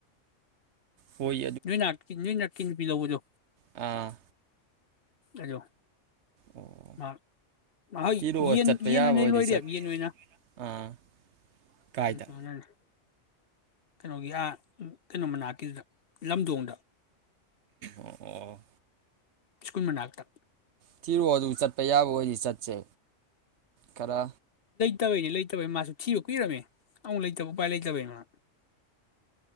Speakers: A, on the right; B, on the left.
A: ꯍꯣꯏ
B: ꯅꯣꯏꯅꯥꯛꯀ ꯅꯣꯏꯅꯛꯀꯤ ꯅꯨꯄꯤ ꯂꯧꯕꯗꯣ
A: ꯑ
B: ꯑꯗꯣ
A: ꯑꯣ
B: ꯃ ꯃꯍꯣꯏ
A: ꯊꯤꯔꯛꯑꯣ
B: ꯌꯦꯟ
A: ꯆꯠꯄ ꯌꯥꯕ
B: ꯌꯦꯟ ꯑꯣꯏꯅ
A: ꯑꯣꯏꯗꯤ
B: ꯂꯣꯏꯔꯦꯕ
A: ꯆꯠ
B: ꯌꯦꯟ ꯑꯣꯏꯅ
A: ꯑꯥ ꯀꯥꯏꯗ
B: ꯎꯝ <unintelligible> ꯀꯩꯅꯣꯒꯤ ꯑꯥ ꯀꯩꯅꯣ ꯃꯅꯥꯛꯀꯤꯗꯨꯗ ꯂꯝꯗꯣꯡꯗ
A: ꯑꯣ ꯑꯣ
B: ꯁ꯭ꯀꯨꯜ ꯃꯅꯥꯛꯇ
A: ꯊꯤꯔꯣꯑꯣ ꯑꯗꯨ ꯆꯠꯄ ꯌꯥꯕ ꯑꯣꯏꯗꯤ ꯆꯠꯁꯦ ꯀꯔꯥ
B: ꯇꯕꯩꯅꯦ ꯂꯩꯇꯕꯩ ꯃꯥꯁꯨ ꯊꯤꯕ ꯀꯨꯏꯔꯝꯃꯦ ꯑꯃꯨꯛ ꯂꯩꯇꯕ ꯎꯄꯥꯏ ꯂꯩꯇꯕꯩ ꯃꯥ